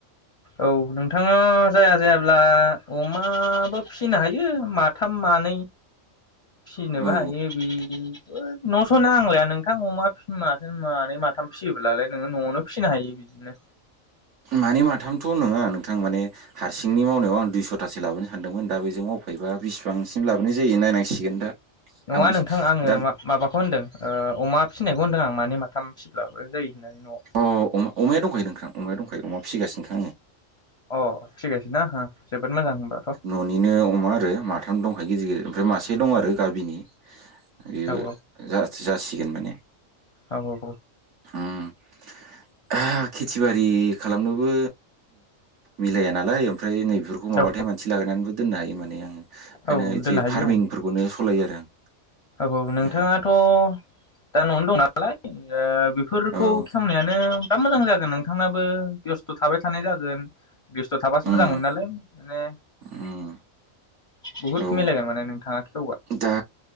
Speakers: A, on the left; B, on the right.
A: औ नोंथाङा जाया जायाब्ला। अमाबो फिनो हायो माथाम मानै फिसिनोबो
B: ओ औ
A: हायो बे न' स' नांलाया नोंथां अमा माथो मानै माथाम फियोब्ला लाय नोङो न'आवनो फिनो हायो बिदिनो
B: मानै माथामथ' नोङा नोंथां माने हारसिंनि मावनायाव आं दुइस'थासो लाबोनो सानदोंमोन दा बेजों मावफायोबा बिसिबांसिम लाबोनाय जायो नायनांसिगोन दा।
A: नङा
B: आंबो
A: नोंथां आङो
B: दा
A: मा-माबाखौ होनदों ओ अमा फि फिनायखौ होनदों आं माने माथाम फिब्लाबो जायो। होननानै न'आव
B: अ अ-अमाया दंखायो नोंथां अमाया दंखायो? फिसिगासिनोखा आङो।
A: अ फिगासिनो हो जोबोद मोजां होनबाथ' औ
B: ओ न'निनो अमा आरो माथाम दंखायो गिदिर गिदिर ओमफ्राय मासे दं आरो गामिनि बियो
A: औ
B: जाथ जाथ सिगोन माने
A: औ औ
B: उम <unintelligible> खेथि बारि खालामनोबो मिलाया नालाय ओमफ्राय नैबे खौ माबाथाय
A: औ
B: मानसि लागायनानै दोननो हायो माने आङो। बेखायनो
A: औ
B: इदि
A: दोननो हायो
B: फार्मिंफोरखौनो सालायो आरो <unintelligible>
A: औ औ नोंथाङाथ'
B: आं
A: दा न'आवनो दं नालाय ओ बेफोरखौ
B: ओ औ
A: खेवनायानो दा मोजां जागोन नोंथांनाबो बेस्थ' थाबाय थानाय जागोन बेस्थ' थाबासो
B: उम
A: मोजां मोनो नालाय। माने
B: उम
A: बहुत
B: औ
A: मिलायगोन माने नों <unintelligible>
B: दा